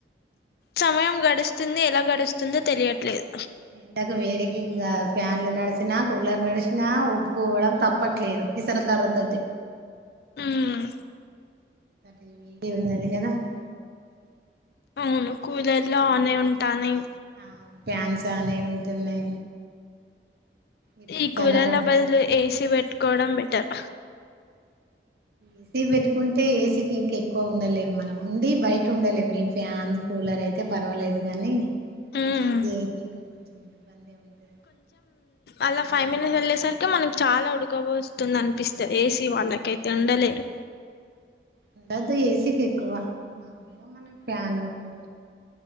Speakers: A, on the left (about 60°); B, on the right (about 60°).
A: సమయం గడుస్తుంది ఎలా గడుస్తుందో తెలియట్లేదు
B: ఎండకు వేడికి ఇంకా ఫ్యాన్లు నడిచిన కూలర్ నడిచినా ఊపుకోవడం తప్పట్లేదు విసర కర్ర తోటి
A: ఉమ్
B: <unintelligible>
A: అవును కూలర్ లో ఆన్ ఉంటానాయ్
B: ఆ ప్యాన్స్ అనే ఉంటున్నాయి ఇప్పుడు
A: ఈ కూలర్ల
B: చల్లబడితే
A: బదులు ఏసి పెట్టుకోవడం బెటర్
B: ఏసీ పెట్టుకుంటే ఏసీకి ఇంక ఎక్కువ ఉండలేం మనం ఉండి బయట ఉండలేం ఈ ఫ్యాన్ కూలర్ అయితే పర్వాలేదు కానీ
A: ఉమ్
B: ఏసీ అయితే ఇంక కొంచెం ఇబ్బంది ఉంటది
A: అలా <unintelligible> సరికి మనకి చాల ఉడక పోస్తుంది అనిపిస్తుంది ఏసీ వాళ్ళకైతే ఉండలేరు
B: ఉండదు ఏసీకి ఎక్కువ మామూలుగా మనం ఫ్యాను కూలర్